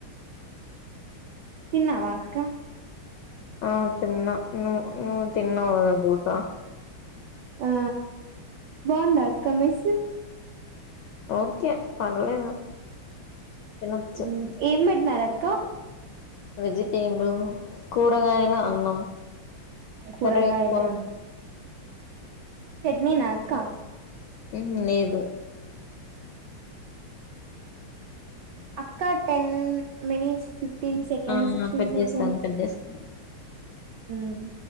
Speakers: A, on the right; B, on the left.
A: తిన్నావా అక్క
B: ఆ తిన్నా ను నువ్వు తిన్నావు గద దోసా
A: ఆ బావుందా అక్క మెస్
B: ఓకే పర్లేదు తినొచ్చు
A: మ్మ్ ఏం పెట్టినార అక్క
B: వెజిటేబిల్ కూరగాయల అన్నం
A: కూరగాయల
B: సర క
A: నేనా అక్క
B: మ్మ్ హు లేదు
A: అక్క టెన్ మినిట్స్ టిన్ సెకన్
B: ఆ
A: సీక్స్టీన్
B: కట్
A: సెకన్
B: చేస్తాను కట్ చేస్తాను
A: మ్మ్